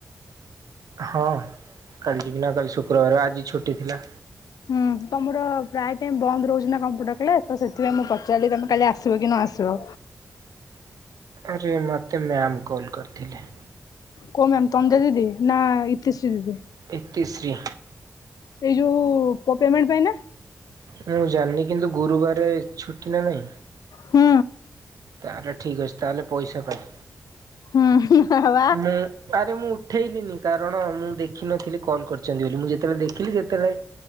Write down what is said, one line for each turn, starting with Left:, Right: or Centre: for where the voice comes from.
Right: ହଁ କାଲି ଯିବିନା କାଲି ଶୁକ୍ରବାରେ ଆଜି ଛୁଟି ଥିଲା।
Left: ହୁଁ ତମର ପ୍ରାୟେ ଟାଇମ୍ ବନ୍ଦ ରହୁଚି ନା କମ୍ପ୍ୟୁଟର କ୍ଲାସ୍ ତ ସେଥିପାଇଁ ମୁଁ ପଚାରଲି ତମେ କାଲି ଆସିବ କି ନ ଆସିବ।
Right: ଆରେ ମତେ ମ୍ୟାାମ୍ କଲ କରିଥିଲେ।
Left: କୋଉ ମ୍ୟାମ୍ ତନ୍ଦା ଦଦି ନାଁ ଇତିଶ୍ରୀ ଦିଦି?
Right: ଇତିଶ୍ରୀ।
Left: ଏଇ ଯୋଉ ପୋ-ପେମଣ୍ଟ ପାଇଁ ନା?
Right: ମୁଁ ଜାଣନି କିନ୍ତୁ ଗୁରୁବାର ଛୁଟି ନା ନାଇଁ?
Left: ହୁଁ।
Right: ତାହେଲେ ଠିକ୍ ଅଛି ତାହେଲେ ପଇସା ପାଇଁ।
Left: ହୁଁ ହୁଁ ହଁ ହଁ।
Right: ମୁଁ ଆରେ ମୁଁ ଉଠେଇଲିିନି। କାରଣ ମୁଁ ଦେଖିନଥିଲି କଲ୍ କରିଚନ୍ତି ବୋଲି ମୁଁ ଯେତଳେ ଦେଖିଲି ସେତଳେ